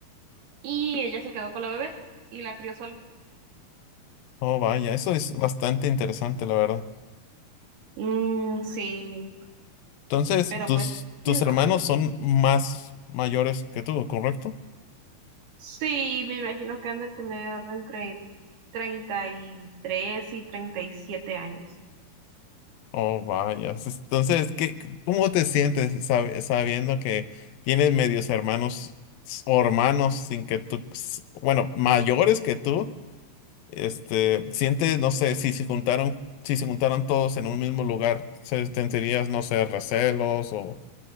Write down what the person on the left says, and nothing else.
Oh, vaya, eso es bastante interesante, la verdad.
Entonces,
tus,
tus
hermanos son más mayores que tú, ¿correcto?
Oh, vaya. s- Entonces, ¿qué, cómo te sientes sab- sabiendo que tienes medios hermanos s- o hermanos sin que tú, s- bueno, mayores que tú? Este, siente, no sé, si se juntaron, si se juntaron todos en un mismo lugar, se- ¿sentirías, no sé, recelos o,